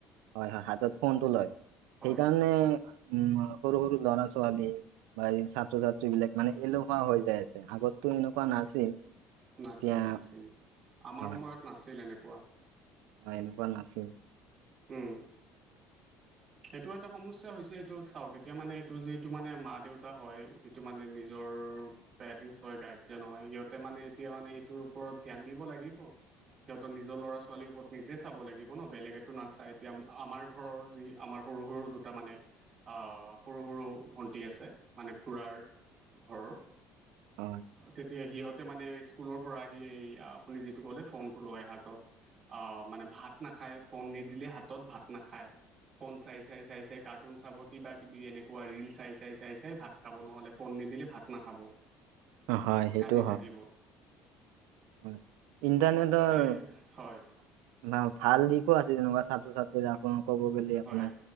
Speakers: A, on the right (about 80°); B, on the right (about 45°).
A: হয় হয় হাতত ফোনটো লয়, সেইকাৰণে
B: হয়
A: উম সৰু সৰু ল'ৰা ছোৱালীয়ে বা এই ছাত্ৰ-ছাত্ৰী বিলাক মান এলোহুৱা হৈ যায় আছে আগতো এনেকুৱা নাছিল।
B: নাছিল,
A: এতিয়া
B: নাছিল আমাৰ
A: হয়,
B: সময়ত নাছিল এনেকুৱা।
A: হয়, এনেকুৱা নাছিল।
B: উম। সেইটো এটা সমস্যা হৈছে এইটো চাওঁক, এতিয়া মানে এইটো যিটো মানে মা দেউতা হয় যিটো মানে নিজৰ পেৰেন্ট হয় গাৰ্জেন হয় সিহঁতে মানে এতিয়া মানে সেইটোৰ ওপৰত ধ্যান দিব লাগিব। সিহঁতৰ নিজৰ ল'ৰা ছোৱালীৰ ওপৰত নিজে চাব লাগিব ন, বেলেগতো নাচায় এতিয়া আমাৰ ঘৰৰ যি আমাৰ সৰু, সৰু দুটা মানে আহ, সৰু, সৰু ভণ্টি আছে মানে খুৰাৰ। ঘৰৰ
A: হয়,
B: তেতিয়া সিহঁত। তে মানে স্কুলৰ পৰা আহি এই আপুনি যিটো ক'লে ফোনটো লয় হাতত। মানে ভাত নাখায়, ফোন নিদিলে হাতত ভাত নাখায়। ফোন চাই, চাই, চাই, চাই কাৰ্টুন চাব কিবা কিবি এনেকুৱা ৰিল চাই, চাই, চাই, চাই ভাত। খাব নহ'লে ফোন নিদিলে ভাত নাখাব।
A: হয়, সেইটো
B: কান্দি
A: হয়।
B: থাকিব
A: হয়, ইণ্টাৰনেটৰ
B: তে হয়
A: বা ভাল দিশো আছে যেনেকুৱা ছাত্ৰ-ছাত্ৰী ক'ব গ'লে আপোনাৰ।
B: হয়